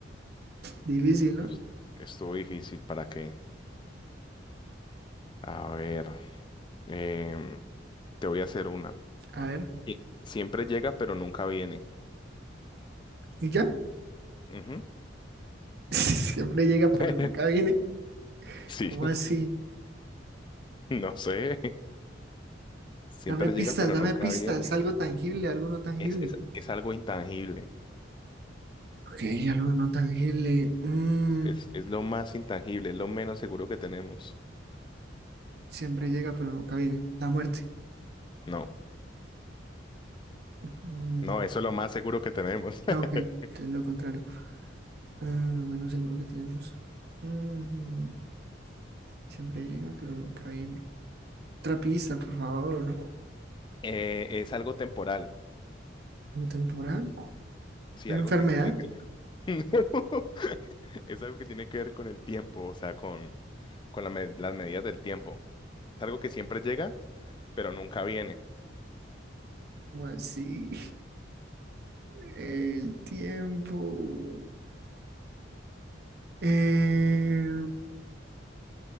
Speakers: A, on the right; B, on the left.
A: Difícil,
B: <laughs> Pero
A: ¿no?
B: es- estuvo difícil, ¿para qué? A ver, em, te voy a hacer una.
A: A ver,
B: Y Siempre llega, pero nunca viene.
A: ¿y ya?
B: Ujú.
A: <laughs> Siempre llega, pero
B: <laughs>
A: nunca viene.
B: Sí,
A: ¿Cómo
B: <laughs>
A: así?
B: no sé. Siempre
A: Dame pistas,
B: llega, pero
A: dame
B: nunca
A: pistas,
B: viene.
A: algo tangible, algo no tangible.
B: Es, es, es algo intangible.
A: Ok, algo no tangible. Mm,
B: Es, es lo más intangible, es lo menos seguro que tenemos.
A: siempre llega, pero nunca viene. La muerte.
B: No,
A: Mm,
B: no, eso es lo más seguro que tenemos. <laughs>
A: ah, ok, es lo contrario. Mm, lo menos seguro que tenemos. Mm, siempre llega, pero nunca viene. Otra pista, por favor.
B: Eh, es algo temporal.
A: ¿Un temporal?
B: Sí,
A: ¿Una
B: algo
A: enfermedad?
B: que tiene que ver. <laughs> Es algo que tiene que ver con el tiempo, o sea, con, con la med- las medidas del tiempo. Es algo que siempre llega, pero nunca viene.
A: ¿Cómo así? <laughs> El tiempo. Eh,